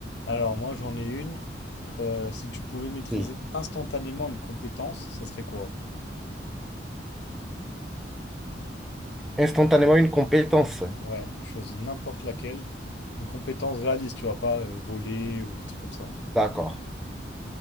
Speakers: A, on the left (about 60°); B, in the centre.
A: Alors moi j'en ai une. Euh, si tu pouvais maîtriser
B: Oui.
A: instantanément une compétence, ça serait quoi?
B: Instantanément une compétence.
A: Ouais, tu choisis n'importe laquelle. Une compétence réaliste, tu vois, pas euh, voler ou des trucs comme ça. hein.
B: D'accord.